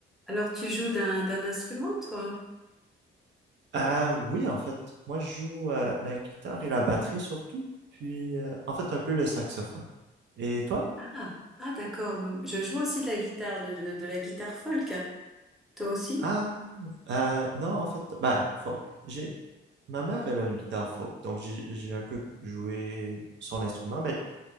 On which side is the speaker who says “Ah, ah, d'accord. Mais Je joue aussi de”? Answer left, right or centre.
Centre